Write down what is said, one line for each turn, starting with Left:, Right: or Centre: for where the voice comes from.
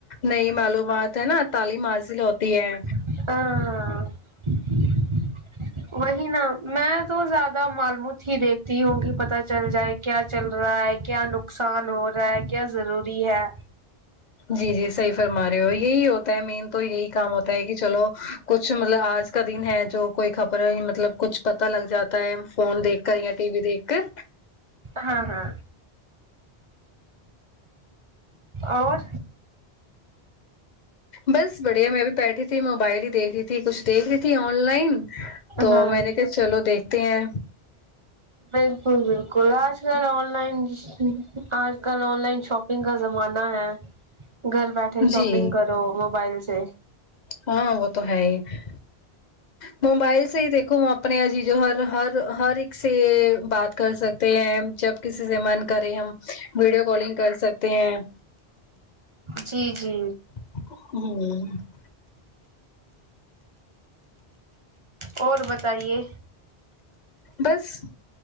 Left: نئی معلومات ہے نا تعلیم حاضل ہوتی ہے
Right: ہاں آآ وہی نا میں تو زیادہ معلومات ہی دیکھتی ہوں کہ پتہ چل جائے کیا چل رہا ہے کیا نقصان ہو رہا ہے کیا ضروری ہے
Left: جی جی صحیح فرما رہے ہو یہی ہوتا ہے مین تو یہی کام ہوتا ہے کہ چلو کچھ مطلب آج کا دن ہے جو کوئی خبر مطلب کچھ پتا لگ جاتا ہے فون دیکھ کر یا ٹی وی دیکھ کر
Right: ہاں ہاں اور
Left: بس بڑھیا میں بھی بیٹھی تھی موبائل ہی دیکھ رہی تھی کچھ دیکھ رہی تھی آن لائن تو
Right: ہاں
Left: میں نے کہ چلو دیکھتے ہیں
Right: بالکل بالکل آج کل آن لائن آج کل آن لائن شاپنگ کا زمانہ ہے گھر بیٹھے شاپنگ
Left: جی
Right: کرو موبائل سے
Left: ہاں وہ تو ہے ہی موبائل سے ہی دیکھو اپنے یہجی جو ہر ہر ہر ایک سے بات کر سکتے ہیں جب کسی سے من کرے ہم ویڈیو کالنگ کر سکتے ہیں
Right: جی جی
Left: ہوں
Right: اور بتائیے
Left: بس